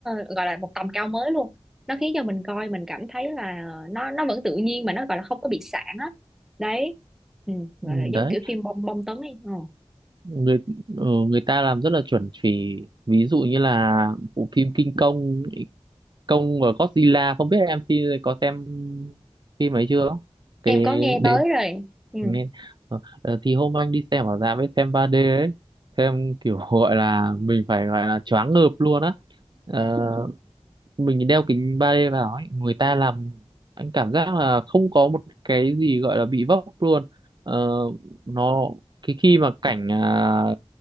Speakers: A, in the centre; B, on the right (about 45°).
A: ờ, gọi là một tầm cao mới luôn. Nó khiến cho mình coi mình cảm thấy là nó nó vẫn tự nhiên mà nó gọi là không có bị sạn á đấy ừ, gọi
B: ừ,
A: là giống
B: đấy
A: kiểu phim bom bom tấn ấy Ờ.
B: người ờ, người ta làm rất là chuẩn chỉ ví dụ như là bộ phim King Kong Kong và Godzilla không biết em phim có xem phim ấy chưa cái
A: em có nghe tới
B: Ừ.
A: rồi ừ.
B: nghe ờ, ờ, thì hôm anh đi xem ở rạp với xem 3D ấy xem kiểu <laughs> gọi là mình phải gọi là choáng ngợp luôn á Ờ, mình đeo kính 3D vào ấy người ta làm anh cảm giác là không có một cái gì gọi là bị vấp luôn ờ, nó cái khi mà cảnh à,